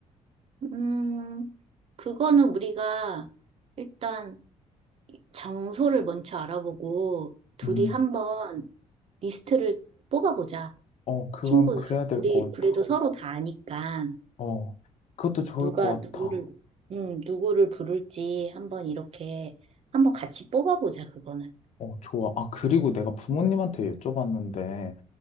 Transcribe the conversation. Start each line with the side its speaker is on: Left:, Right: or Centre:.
Right: 음, 그거는 우리가 일단 장소를 먼저 알아보고 둘이
Left: 음,
Right: 한번 리스트를 뽑아보자.
Left: 어, 그건
Right: 친구들.
Left: 그래야 될
Right: 우리
Left: 것
Right: 그래도
Left: 같아.
Right: 서로 다 아니까
Left: 어, 그것도 좋을
Right: 누가
Left: 것
Right: 누구를,
Left: 같아.
Right: 음, 누구를 부를지 한번 이렇게 한번 같이 뽑아보자. 그거는.
Left: 어, 좋아. 아, 그리고 내가 부모님한테 여쭤봤는데,